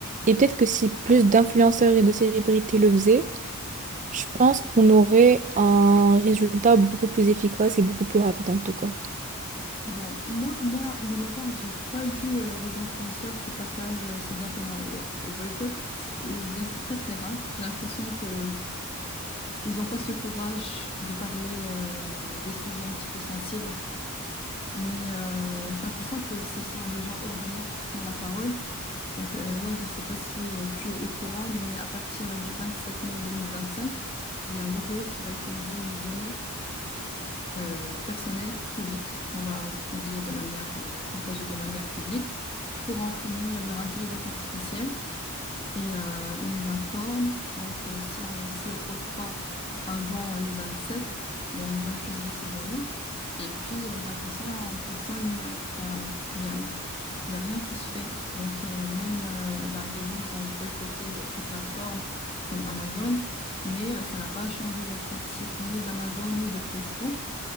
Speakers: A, on the right; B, on the left.
A: Et peut-être que si plus d'influenceurs et de célébrités le faisaient, je pense qu'on aurait un résultat beaucoup plus efficace et beaucoup plus rapide en tout cas.
B: Bon, moi, moi, de ma part, j'ai pas vu euh, les influenceurs qui partagent euh, ces appels-là au, au boycott, C'est- ou bien c'est très très rare. J'ai l'impression que ils n'ont pas ce courage de parler euh, des sujets un petit peu sensibles, mais euh, j'ai l'impression que ce sont les gens ordinaires qui prennent la parole. Donc euh, là, je sais pas si euh, tu es au courant, mais à partir du 27 mai 2025, il y a Google qui va utiliser nos données euh, personnel, public, qu'on va publier de manière, euh, partager de manière publique pour entraîner euh, leur intelligence artificielle. Et euh, ils nous informent. Donc, euh, si on s'y oppose pas avant le 27 bon, ils vont utiliser ces données. Et puis, euh, j'ai l'impression, personne, euh, enfin, il y a, il y a rien qui se fait. Donc, euh, même euh, bah, des gens, ils ont boycotté d'autres plateformes comme Amazon, mais euh, ça n'a pas changé les pratiques ni d'Amazon ni de Facebook.